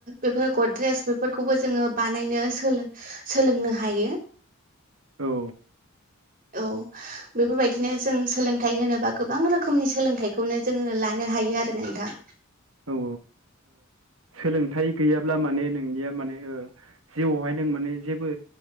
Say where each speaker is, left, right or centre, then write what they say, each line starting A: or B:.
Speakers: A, on the right; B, on the right.
A: बेफोर गद्रेस बे फोरखौबो जोंङो बानायनो सो-सोलोंनो हायो।
B: औ
A: औ बेफोरबायदिनो जों सोलोंथाइ होनोबा गोबां रोखोमनि सोलोंथाइखौनो जोंङो लानो हायो आरो नोंथां।
B: औ ओ सोलोंथाइ गैयाब्ला माने नोंनिया ओ माने जिउआवहाय नों माने जेबो